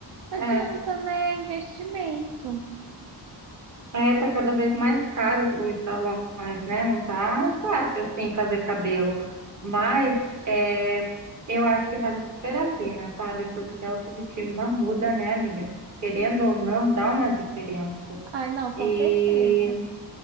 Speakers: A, on the right; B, on the right.
A: não
B: É,
A: adianta, né? Investimento.
B: É, tá cada vez mais caro os salões, né? Não tá fácil assim fazer cabelo. Mas é, eu acho que vale super a pena, sabe? Porque a autoestima muda, né, amiga? Querendo ou não, dá uma diferença.
A: Ai, não,
B: E,
A: com certeza.